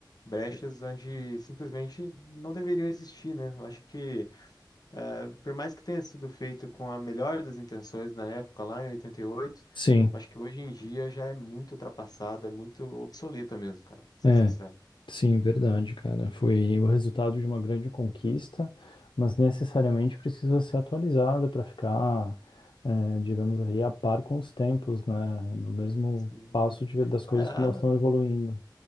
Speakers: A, on the left (about 55°); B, on the left (about 85°).
A: brechas onde simplesmente não deveriam existir, né? Eu acho que É, por mais que tenha sido feito com a melhor das intenções na época, lá em 88,
B: sim,
A: acho que hoje em dia já é muito ultrapassada, muito obsoleta mesmo, cara, pra ser
B: é.
A: sincero.
B: Sim, verdade, cara. Foi o resultado de uma grande conquista, mas necessariamente precisa ser atualizada para ficar, eh, digamos aí, a par com os tempos, né? No mesmo
A: Sim.
B: passo de- das coisas
A: É, a-
B: como elas estão evoluindo.